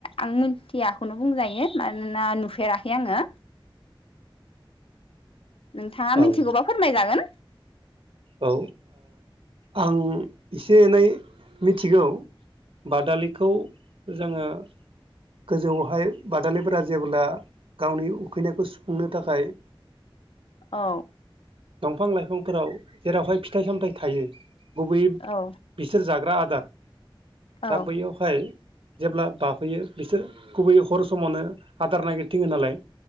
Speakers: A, on the left; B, on the right.
A: आं मिथियाखौनो बुंजायो मानोना नुफेराखै आङो। नोंथाङा
B: औ
A: मिथिगौबा फोरमायजागोन।
B: औ आं एसे एनै मिथिगौ बादालिखौ जोङो गोजौआवहाय बादालिफोरा जेब्ला गावनि उखैनायखौ सुफुंनो थाखाय
A: औ
B: दंफां लाइफांफोराव जेरावहाय फिथाइ सामथाइ थायो गुबैयै
A: औ
B: बिसोर जाग्रा आ दार
A: औ
B: दा बैयावहाय जेब्ला बाफैयो। बिसोर गुबैयै हर समावनो आदार नागिरथिङो नालाय।